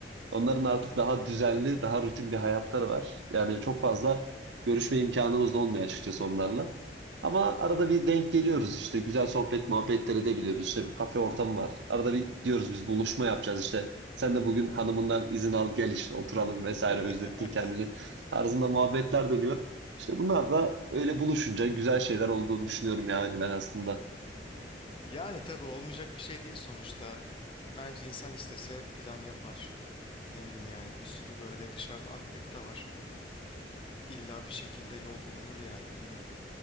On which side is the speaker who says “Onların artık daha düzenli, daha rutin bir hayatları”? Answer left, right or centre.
Right